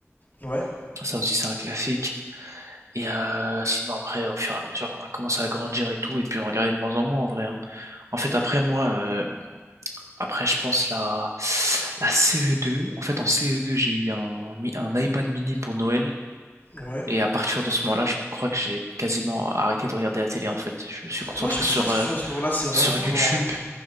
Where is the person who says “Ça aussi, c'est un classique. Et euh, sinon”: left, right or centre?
Right